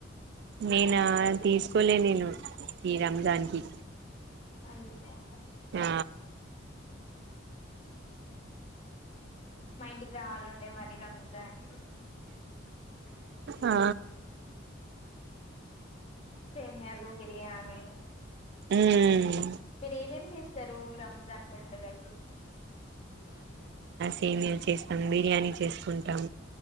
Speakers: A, on the right (about 60°); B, on the left (about 35°).
A: నేనా తీసుకోలే నేను ఈ రంజానికి
B: అయ్ ఓ
A: ఆ
B: మా ఇంటికి రావాలి మరి రంజాన్ కి
A: ఆ
B: సేమ్యాలు బిర్యానీ
A: ఉమ్
B: మీరు ఏమేమి చేస్ చేస్తారు రంజాన్ పండుగకి
A: సేమ్యాలు చేస్తాం బిర్యానీ చేసుకుంటాం